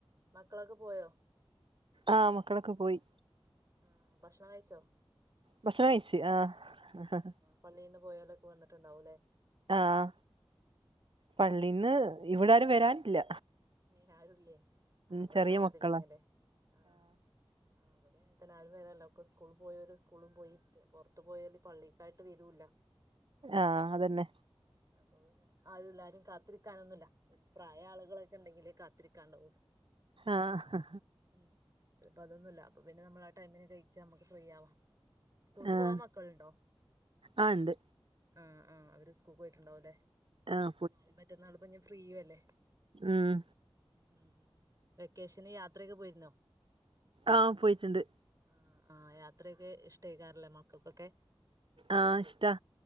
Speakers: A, on the right (about 35°); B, on the right (about 60°).
A: മക്കളൊക്കെ പോയോ?
B: ആഹ് മക്കളൊക്കെ പോയി
A: ആഹ് ഭക്ഷണം കഴിച്ചോ
B: മെസ്സേജ് അയച്ച് ആഹ്
A: പള്ളയിൽന്ന് പോയാലൊക്കെ വന്നിട്ടണ്ടാവുംല്ലേ
B: ആഹ്
A: അത്
B: പള്ളീന്ന്
A: ശരി
B: ഇവിടാരും വരാനില്ല
A: ഏയ് ആരുല്ലേ ആ
B: ഉം
A: അവിടുത്തെ
B: ചെറിയ
A: മാതിരിന്നല്ലേ
B: മക്കളാ
A: ആഹ് ആഹ് അവടെ എത്തന ആരും വരാനില്ല ഒക്കെ സ്കൂൾ പോയവര് സ്കൂളും പോയി പുറത്ത് പോയവൽ പള്ളിക്കായിട്ട് വരൂല്ല
B: ആഹ് അതന്നെ
A: മ്ഹ് അപ്പൊ പിന്നെ ആരും ഇല്ല ആരും കാത്തിരിക്കാനൊന്നുല്ല പ്രായായ ആളുകളെ ണ്ടെങ്കിലെ കാത്തിരിക്കാണ്ടാവു
B: ആഹ്
A: മ്ഹ് ഇതീപ്പ അതൊന്നുല്ല അപ്പ പിന്നെ നമ്മൾ ആ ടൈമിന് കഴിച്ചാ നമുക്ക് ഫ്രീ ആവാം. സ്കൂൾക്ക്
B: ആഹ്
A: പോവാൻ മക്കളുണ്ടോ?
B: ആഹ് ഇണ്ട്
A: ആഹ് ആഹ് അവര് സ്കൂൾ പോയിട്ടുണ്ടാവും അല്ലേ?
B: ആഹ്
A: നാളെ മറ്റന്നാ ളിപ്പോൾ ഞാൻ ഫ്രീയും അല്ലേ?
B: ആഹ്
A: മ്ഹ് വെക്കേഷന് യാത്രയൊക്കെ പോയിരുന്നോ?
B: ആഹ് പോയിട്ടുണ്ട്.
A: ആഹ് ആഹ് യാത്രയൊക്കെ ഇഷ്ടായി കാറിലെ മക്കൾക്കൊക്കെ?
B: ആഹ് ഇഷ്ടാ.